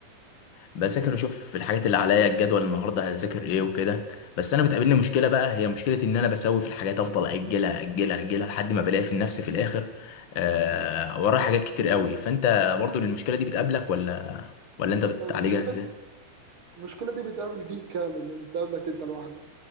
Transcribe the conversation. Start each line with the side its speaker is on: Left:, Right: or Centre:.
Left: بذاكر اشوف الحاجات اللي عليا الجدول النهارده هذاكر ايه وكده بس انا بتقابلني مشكله بقى هي مشكله ان انا بسوي في الحاجات افضل اجلها اجلها اجلها لحد ما بلاقي في نفسي في الاخر آه ورايا حاجات كتير قوي فانت برضو المشكله دي بتقابلك ولا ولا انت بتعالجها
Right: المشكلة
Left: ازاي
Right: المشكلة دي بتقابل جيل كامل مش بتقابلك أنت لوحدك